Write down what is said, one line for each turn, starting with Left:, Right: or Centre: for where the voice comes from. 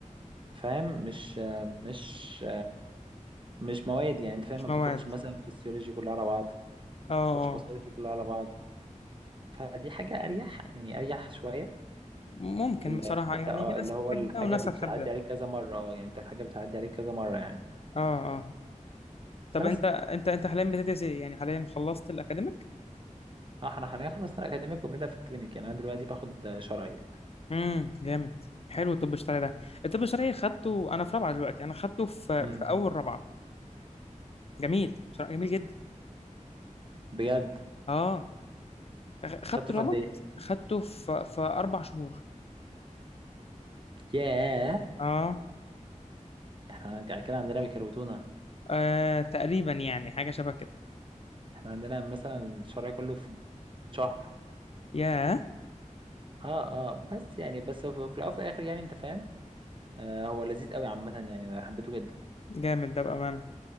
Right: فاهم مش آه، مش مش مواد يعني انت فاهم
Left: مش
Right: ما
Left: مواد
Right: بتاخدش مثلا فيسيولوجي كلها على بعض ما
Left: اه
Right: بتاخدش
Left: اه
Right: باثولوجي كلها على بعض فدي حاجة اريح يعني اريح شوية
Left: ممكن
Right: في ال...
Left: بصراحه
Right: في
Left: يعني
Right: انت اه
Left: في ناس
Right: اللي هو
Left: بتحب
Right: الحاجة
Left: ده وناس
Right: بتعدي
Left: هتحب ده
Right: عليك كذا مرة اه يعني انت الحاجة بتعدي عليك كذا مرة يعني
Left: اه اه طب
Right: بس
Left: انت انت انت حاليا بتدرس ايه يعني حاليا خلصت الاكاديميك
Right: اه احنا حاليا خلصنا الاكاديميك وبنبدأ في الكلينيك يعني انا دلوقتي باخد شرايين
Left: امم جامد حلو الطب الشرعي ده الطب الشرعي خدته انا في رابعه دلوقتي انا خدته في
Right: امم
Left: في اول رابعه جميل بصراحه جميل جدا
Right: بجد
Left: اه أخ- خدت
Right: خدته
Left: رمض
Right: في قد ايه
Left: خدته في في اربع شهور
Right: ياه
Left: اه
Right: احنا ك- كده عندنا بيكروتونا
Left: آه، تقريبا يعني حاجه شبه كده
Right: احنا عندنا مثلا الشرعي كله في شهر
Left: ياه
Right: اه اه بس يعني بس في في الاول وفي الاخر يعني انت فاهم آه هو لذيذ قوي عامة يعني انا حبيته جدا
Left: جامد ده بامانه